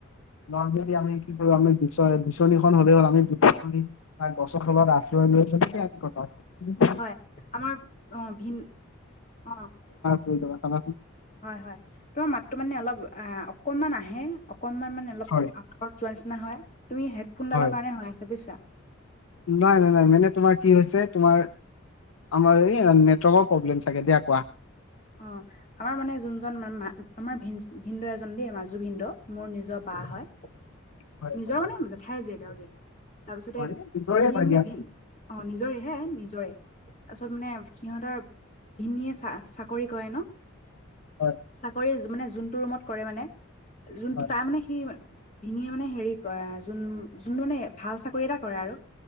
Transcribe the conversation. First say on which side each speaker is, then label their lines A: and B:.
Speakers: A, on the left; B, on the left.
A: নৰ্মেলি আমি কি কৰো। আমি বিচ বিচনীখন হ'লে হ'ল আমি গছৰ খত আশ কথা ম বে
B: হয় আমাৰ অ ভিন অ
A: কৰি যাবা
B: হয়। হয়। তোমাৰ মাতটোো মানে অলপ অ' অকনমান আহে। অকনমান মানে অলপ
A: হয়
B: আঁতৰত যোৱা নিচিনা হয় তুমি হেডফোনডালৰ
A: হয়।
B: কাৰণে হৈ আছ বুজছা।
A: নাই। নাই। নাই। মানে তোমাৰ কি হৈছে। তোমাৰ আমাৰ <unintelligible> প্ৰব্লেম চাগে দিয়া কোৱা।
B: অ', আমাৰ মানে যোনজনা আমাৰ ভ ভিনন্দ এজন দেই মাজু ভিনদ মোৰ নিজৰ বা হয়
A: হয়
B: নিজৰ
A: হয়
B: মানে জেঠাই জীয়েগ দিয় তাৰপিছতে
A: হয় এই পিছৰে
B: সি
A: হয়
B: মানে
A: দিয়াচোন
B: ভ অ নিজৰে হে নিজৰে তাৰপিছত মানে সিহঁতৰ ভিনীয়ে চ চাকৰি কৰে ন
A: হয়
B: চাকৰি মানে যোনটো ৰুমত কৰে মানে যোনটো
A: হয়
B: তাৰ মানে সি ভিনে মানে হেৰি কৰে যোন যোনটো মানে ভাল চাকৰি এটা কৰে আৰু